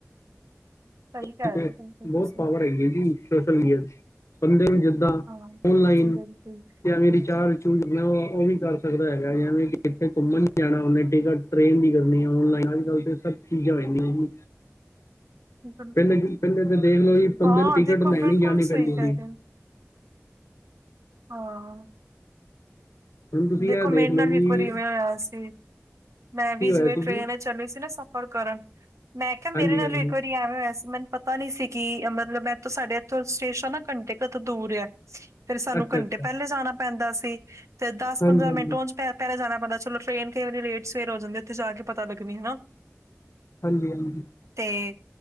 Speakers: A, on the right; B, on the left.
A: ਸਹੀ ਕਹਿ
B: ਠੀਕ
A: ਰਹੇ
B: ਏ,
A: ਹੋ ਬਿਲਕੁਲ ਤੁਸੀਂ
B: ਬਹੁਤ ਪਾਵਰ ਹੈਗੀ ਹੈ ਜੀ ਸੋਸ਼ਲ ਮੀਡੀਆ ਚ ਬੰਦੇ ਨੂੰ ਜਿੱਦਾਂ
A: ਹਾਂ।
B: ਔਨਲਾਈਨ
A: ਬਿਲਕੁਲ,
B: ਜਾਂ ਰਿਚਾਰਜ। ਹੁਣ ਉਹ ਵੀ ਕਰ ਸਕਦਾ ਹੈਗਾ। ਜਿਵੇਂ ਕਿ ਕਿੱਤੇ ਘੁੰਮਣ ਜਾਣਾ ਹੋਵੇ, ਟਿਕਟ ਟ੍ਰੇਨ ਦੀ ਕਰਨੀ ਔਨਲਾਈਨ ਅੱਜ ਕੱਲ੍ਹ। ਇਹ ਸਭ ਚੀਜ਼ਾਂ ਹੋ ਜਾਂਦੀਆਂ।
A: ਬਿਲਕੁਲ,
B: ਪਹਿਲੇ ਪਹਿਲੇ ਤੇ ਦੇਖ ਲਓ ਜੀ ਬੰਦੇ
A: ਹਾਂ,
B: ਨੂੰ ਟਿਕਟ
A: ਦੇਖੋ
B: ਲੈਣੀ
A: ਬਿਲਕੁਲ
B: ਜਾਣੀ ਪੈਂਦੀ
A: ਸਹੀ ਕਹਿ
B: ਸੀ
A: ਰਹੇ ਨ। ਹਾਂ!
B: ਹੁਣ ਤੁਸੀਂ
A: ਦੇਖੋ
B: ਇਹ ਦੇਖ
A: ਮੇਰੇ
B: ਲਓ
A: ਨਾਲ ਵੀ
B: ਜੀ
A: ਇੱਕ ਵਾਰੀ ਇਵੇਂ ਹੋਇਆ ਸੀ, ਮੈਂ ਵੀ
B: ਕੀ ਹੋਇਆ
A: ਜਿਵੇਂ
B: ਸੀ
A: ਟ੍ਰੇਨ
B: ਜੀ
A: ਚੱਲ ਸੀ ਨਾ ਸਫ਼ਰ ਕਰਨ, ਮੈਂ ਕਿਹਾ, ਮੇਰੇ
B: ਹਾਂਜੀ
A: ਨਾਲ਼
B: ਹਾਂਜੀ
A: ਇੱਕ ਵਾਰੀ ਐਵੇਂ ਹੋਇਆ ਸੀ ਮੈਂ ਪਤਾ ਨੀ ਸੀ ਕਿ ਮਤਲਬ ਇੱਥੋਂ ਸਾਡੇ ਇੱਥੋਂ ਸਟੇਸ਼ਨ ਨਾ ਘੰਟੇ ਕੁ ਤੋਂ ਦੂਰ ਹੈ। ਫੇਰ ਸਾਨੂੰ
B: ਅੱਛਾ
A: ਘੰਟੇ
B: ਅੱਛਾ
A: ਪਹਿਲੇ ਜਾਣਾ ਪੈਂਦਾ ਸੀ, ਤੇ ਦਸ
B: ਹਾਂਜੀ-ਹਾਂਜੀ,
A: ਪੰਦਰਾਂ ਮਿੰਟ ਉਂਝ ਪਹਿਲੇ ਜਾਣਾ ਪੈਣਾ ਚਲੋ, ਟ੍ਰਰੇਨ ਕਈ ਵਾਰੀ ਲੇਟ ਸਵੇਰ ਹੋ ਜਾਂਦੀ ਹੈ। ਉੱਥੇ ਜਾ ਕੇ ਪਤਾ ਲੱਗਣੀ ਹਨਾ।
B: ਹਾਂਜੀ- ਹਾਂਜੀ।
A: ਤੇ।